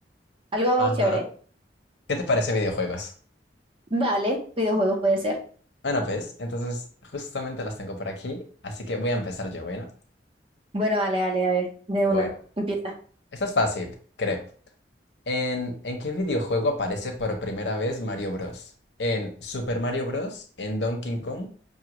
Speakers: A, on the right; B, on the left.
A: Algo
B: Ajá.
A: chévere.
B: ¿Qué te parece videojuegos?
A: Vale, videojuegos puede ser.
B: Bueno, pues, entonces justamente las tengo por aquí, así que voy a empezar yo, ¿bueno?
A: Bueno, vale, vale, a ver, de
B: Bueno,
A: una,
B: bueno.
A: empieza.
B: Esta es fácil, creo. ¿En, en qué videojuego aparece por primera vez Mario Bros? ¿En Super Mario Bros? ¿En Donkey Kong?